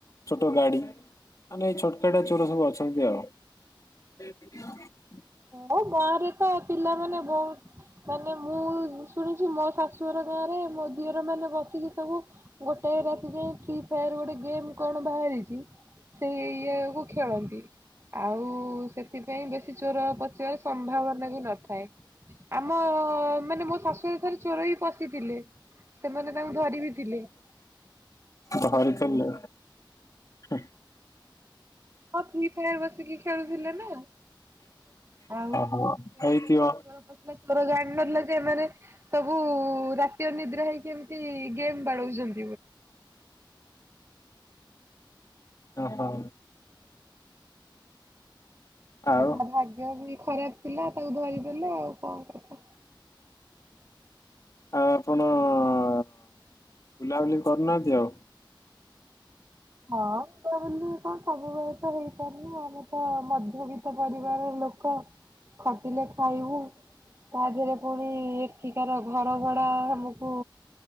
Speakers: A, on the left; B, on the right.
A: ଛୋଟ ଗାଡି ମାନେ ଏଇ ଛୋଟ କାଟିଆ ଚୋର ସବୁ ଅଛନ୍ତି ଆଉ।
B: ହଁ ଗାଁ ରେ ତ ପିଲାମାନେ ବହୁତ ମାନେ ମୁଁ ଶୁଣିଚି ମୋ ଶାଶୁଘର ଗାଁରେ ମୋ ଦିଅର ମାନେ ଗପିକି ସବୁ ଗୋଟାଏ ରାତି ରେ ଯାଏଁ ଫ୍ରି ଫାୟାର ଗୋଟେ ଗେମ୍ କଣ ବାହାରିଚି ସେଇ ଇଏ କୁ ଖେଳନ୍ତି ଆଉ ସେଥିପାଇଁ ବେଶୀ ଚୋର ପ ସମ୍ଭାବନା ବି ନଥାଏ। ଆମ ମାନେ ମୋ ଶାଶୁ ଥରେ ଚୋର ବି ପଶିଥିଲେ ସେମାନେ ତାଙ୍କୁ ଧରି ବିି ଥିଲେ
A: ଧରିଥିଲେ? ହୁଁ।
B: ହଁ ଫ୍ରି ଫାୟାର ବସିକି ଖେଳୁଥିଲେ ନା ଆଉ ସେଇ
A: ଓହୋ ହେଇଥିବ
B: ସମୟରେ ଚୋର ପଶିଲା ଚୋର ଜାଣିନଥିଲା ଯେ ଏମାନେ ସବୁ ରାତି ଅନିଦ୍ରା ହେଇକି ଏମୀତି ଗେମ୍ ବାଡଉଚନ୍ତି
A: <inaudible> ଓ ହୋ। ଆଉ
B: ତା ଭାଗ୍ୟ ବି ଖରାପ ଥିଲା ତାକୁ ଧରିଦେଲେ ଆଉ କଣ କଥା।
A: ଆଉ ଆପଣ ବୁଲାବୁଲି କରୁନାହାନ୍ତି ଆଉ
B: ହଁ ବୁଲା ବୁଲି ସବୁବେଳେ ତ ହେଇପାରୁନି ଆମେ ତ ମଧ୍ୟବିତ୍ତ ପରିବାର ଲୋ ଖ ଖଟିଲେ ଖାଇବୁ। ତା ଦିହେରେ ପୁଣି ଏଠିକାର ଘର ଭଡା ଆମକୁ